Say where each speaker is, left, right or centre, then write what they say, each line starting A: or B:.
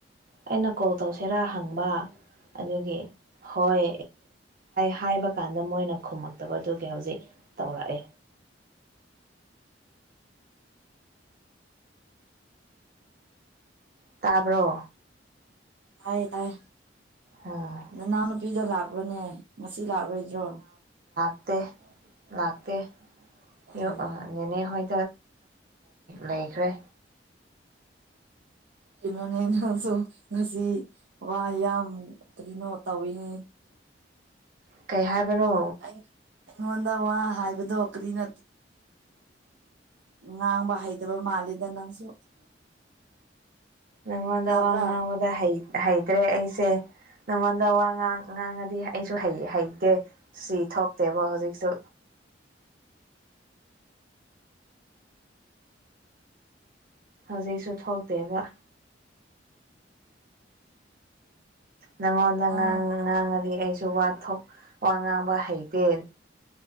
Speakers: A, on the right (about 50°); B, on the right (about 65°).
A: ꯑꯩꯅ ꯀꯣꯜ ꯇꯧꯁꯤꯔꯥ ꯍꯪꯕ ꯑꯗꯨꯒꯤ ꯍꯣꯏ ꯍꯥꯏꯕ ꯀꯥꯟꯗ ꯃꯣꯏꯅ ꯈꯨꯝꯃꯛꯇꯕꯗꯨꯒꯤ ꯍꯧꯖꯤꯛ ꯇꯧꯔꯛꯑꯦ
B: <inaudible>
A: ꯇꯥꯕ꯭ꯔꯣ
B: ꯇꯥꯏꯌꯦ ꯇꯥꯏ
A: ꯑꯣ
B: ꯅꯅꯥꯎꯅꯨꯄꯤꯗꯣ ꯂꯥꯛꯄ꯭ꯔꯣꯅꯦ ꯆꯤ ꯂꯒꯦꯁꯨ
A: ꯥꯛ ꯇꯦ ꯂꯥꯛꯇꯦꯦꯅꯦ
B: ꯎꯝ
A: ꯍꯣꯏ ꯂꯩꯈ꯭ꯔꯦ
B: ꯀꯩꯅꯣꯅꯦ ꯅꯪꯁꯨ ꯉꯁꯤ ꯋꯥ ꯌꯥꯝ ꯀꯩꯅꯣ ꯇꯧꯋꯤꯅꯦ <inaudible>
A: ꯀꯩ ꯍꯥꯏꯕꯅꯣ
B: ꯑꯩ ꯑꯩꯉꯣꯟꯗ ꯋꯥ ꯍꯥꯏꯕꯗꯣ ꯀ꯭ꯔꯤ ꯅꯠꯇꯦ ꯎ ꯉꯥꯡꯕ ꯍꯩꯇꯕ ꯃꯥꯜꯂꯤꯗ ꯅꯪꯁꯨ
A: ꯅꯪꯉꯣꯟꯗ
B: ꯇꯥꯕ꯭ꯔꯥ
A: ꯋꯥ ꯉꯥꯡꯕꯗ ꯍꯩꯇ꯭ꯔꯦ ꯑꯩꯁꯦ ꯅꯪꯉꯣꯟꯗ ꯋꯥ ꯉꯥꯡ ꯉꯉꯥꯡꯉꯗꯤ ꯑꯩꯁꯨ ꯍ ꯍꯩꯇꯦ ꯁꯤ ꯊꯣꯛꯇꯦꯕ ꯍꯧꯖꯤꯛꯁꯨ ꯍꯧꯖꯤꯛꯁꯨ ꯊꯣꯛꯇꯦꯕ ꯅꯃꯣꯗ
B: ꯅꯪ
A: ꯉꯥꯡ ꯉꯥꯡꯗꯤꯁ ꯋꯥꯊꯣꯛ ꯋꯥ ꯉꯥꯡꯕ ꯍꯩꯇꯦ